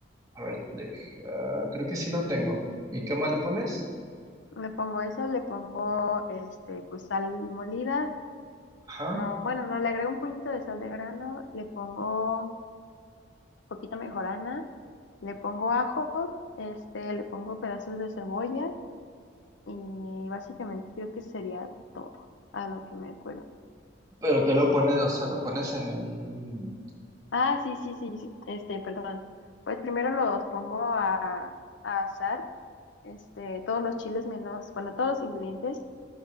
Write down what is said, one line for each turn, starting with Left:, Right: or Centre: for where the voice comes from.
Right: A ver, deja- creo que sí lo tengo. ¿Y qué más le pones?
Left: Le pongo eso, le pongo este, pues sal molida.
Right: Ajá.
Left: No, bueno, no, le agrego un puñito de sal de grano, le pongo poquita mejorana, le pongo ajo, este, le pongo pedazos de cebolla y básicamente creo que sería todo a lo que me acuerdo.
Right: ¿Pero qué lo pones? O sea, lo pones en un...
Left: Ah, sí, sí, sí, sí, este, perdón. Pues primero los pongo a, a asar, este, todos los chiles menos, bueno, todos los ingredientes